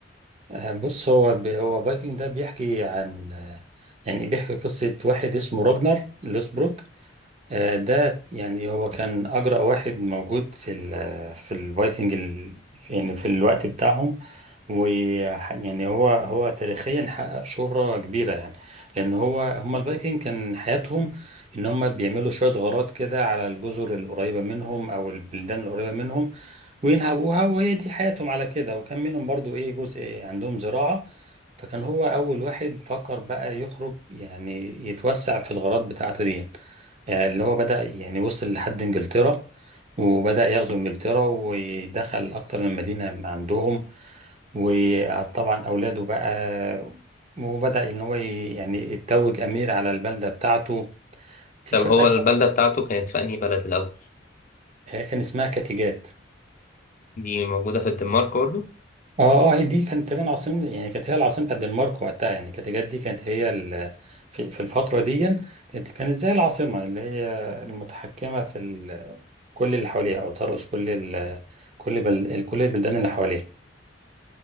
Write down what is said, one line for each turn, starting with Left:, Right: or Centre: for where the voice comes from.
Right: آه، بص هو ب... هو فايكنج ده بيحكي عن آه، يعني بيحكي قصة واحد اسمه راجنر لوسبروك آه، ده يعني هو كان أجرأ واحد موجود في ال... في الفايكنج ال... يعني في الوقت بتاعهم ويعني هو هو تاريخيا حقق شهرة كبيرة يعني لأن هو هما الفايكنج كان حياتهم إن هما بيعملوا شوية غارات كده على الجزر القريبة منهم أو البلدان القريبة منهم وينهبوها وهي دي حياتهم على كده وكان منهم برضو إيه جزء عندهم زراعة فكان هو أول واحد فكر بقى يخرج يعني يتوسع في الغارات بتاعته دي يعني. آه، اللي هو بدأ يعني وصل لحد إنجلترا وبدأ يغزو إنجلترا ودخل أكتر من مدينة عندهم وطبعا اولاده بقى وبدا ان هو ي- يعني يتوج امير على البلده بتاعته في
Left: طب
Right: شويه
Left: هو
Right: أجواء.
Left: البلدة بتاعته كانت في أنهي بلد الأول
Right: هي كان اسمها كاتيجات
Left: دي موجودة في الدنمارك برضه
Right: اه اه هي دي كانت تقريبا عاصمة يعني كانت هي العاصمة بتاعت الدنمارك وقتها يعني كاتيجات دي كانت هي ال- في, في الفترة دي كانت كانت زي العاصمة اللي هي المتحكمة في ال- كل اللي حواليها أو ترأس كل ال كل بل كل البلدان اللي حواليها